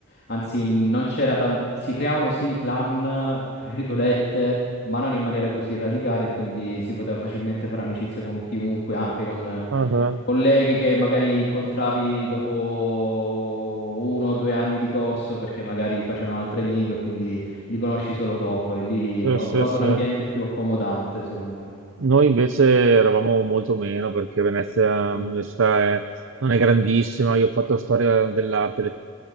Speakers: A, on the left; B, on the right.
A: anzi non c'era tan- si creavano sì i clan, tra virgolette, ma non in maniera così radicata e quindi si poteva facilmente fare amicizia con chiunque, anche con eh,
B: Ah, ah.
A: colleghi che magari incontravi dopo uno o due anni di corso perché magari facevano altre lingue, quindi li conosci solo dopo e lì
B: Sì,
A: ho
B: sì,
A: trovato
B: sì.
A: un ambiente più accomodante, secondo me.
B: Noi invece eravamo molto meno perché Venezia,
A: Mm.
B: l'università è- non è grandissima. Io ho fatto storia dell'arte, le-